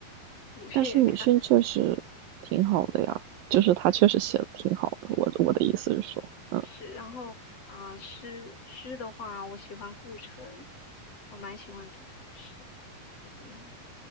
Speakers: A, on the left (about 40°); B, on the right (about 75°).
A: 鲁迅也看了些，
B: 但是鲁迅确实挺好的呀，就是他确实写的挺好的。
A: 对，
B: 我我的意思是说，嗯
A: 是，然后啊、呃诗诗的话，我喜欢顾城，我蛮喜欢读他的诗，就是